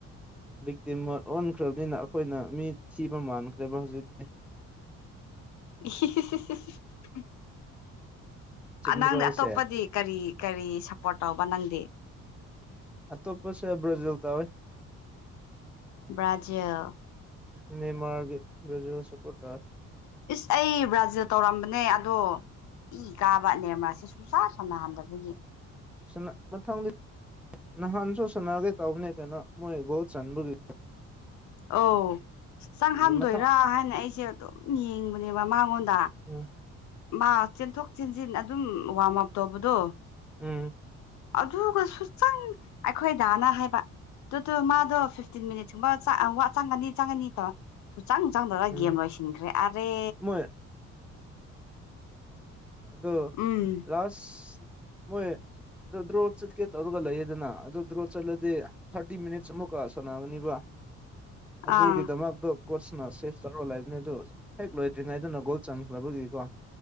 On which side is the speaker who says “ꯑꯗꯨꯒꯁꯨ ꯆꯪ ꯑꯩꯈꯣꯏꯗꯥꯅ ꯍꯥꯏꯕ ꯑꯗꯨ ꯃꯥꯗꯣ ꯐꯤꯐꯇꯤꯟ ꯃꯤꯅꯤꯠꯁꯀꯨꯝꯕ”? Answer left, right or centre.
Left